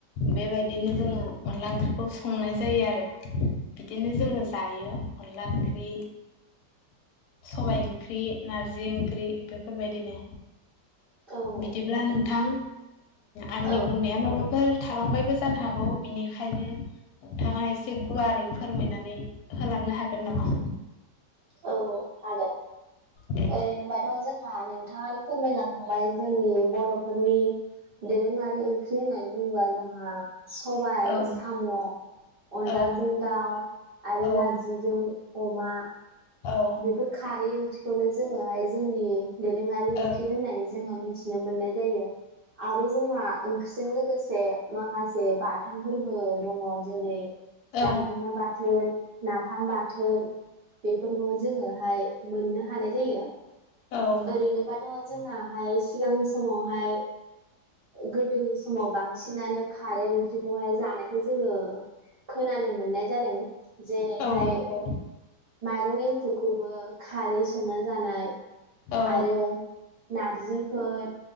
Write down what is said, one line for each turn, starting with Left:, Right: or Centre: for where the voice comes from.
Left: बेबायदिनो जोङो अनला ओंख्रिखौ संनाय जायो आरो बिदिनो जोङो जायो अनला ओंख्रि सबायाइ ओंख्रि नारजि ओंख्रि बेफोरबायदिनो
Right: औ
Left: बिदिब्ला नोंथां आंनि
Right: औ
Left: बुंनाय माबाफोर थालांबायबो जानो हागौ बिनिखायनो नोंथाङा एसे गुवारै फोरमायनानै होलांनो हागोन नामा
Right: औ औ हागोन
Left: दे
Right: ओरैनोबाथ' जोंहा नोंथाङानो फोरमायलांखांबाय जोंनि बर'फोरनि दोरोङारि ओंख्रि होननानै बुंंबा जोंहा सबाय
Left: औ
Right: साम' अनलाजों
Left: औ
Right: दाउ आरो
Left: औ
Right: नारजिजों अमा
Left: औ
Right: बेफोर खारै ओंख्रिखौनो जोङोहाय जोंनि दोरोङारि ओंख्रि
Left: औ
Right: होननानै जोङो मिथि नो मोननाय जायो आरो जोंहा ओंख्रिजों लोगोसे माखासे बाथोनफोरबो दङ जेरै
Left: औ
Right: गांजोमा बाथोन नाफाम बाथोन बेफोरखौ जोङोहाय मोननो हानाय जायो
Left: औ
Right: ओरैनोबाथ' जोंहा हाय सिगां समावहाय गोदोनि समाव बांसिनानो खारै ओंख्रिखौहाय जानायखौ जोङो खोनानो मोननाय जादों जेरैहाय
Left: औ नंगौ
Right: माइरं एंखुरखौबो खारै संना जानाय
Left: औ
Right: आरो नारजिफोर